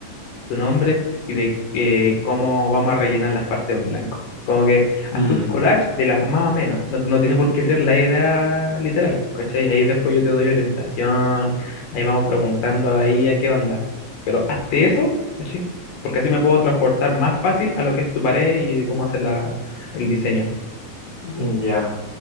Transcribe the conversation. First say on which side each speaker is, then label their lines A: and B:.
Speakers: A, on the left (about 85°); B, on the left (about 40°).
A: tu nombre y de eh, cómo vamos a rellenar las partes en blanco. Como que
B: Mm,
A: hazte un collage de la más o menos. No, no tiene por qué ser la edad literal, pues, ¿cachai? Ahí después yo te doy orientación, ahí vamos preguntando ahí a qué onda. Pero hazte eso, ¿cachai? Porque así me puedo transportar más fácil a lo que es tu pared y de cómo hacer la, el diseño.
B: Mm, Ya.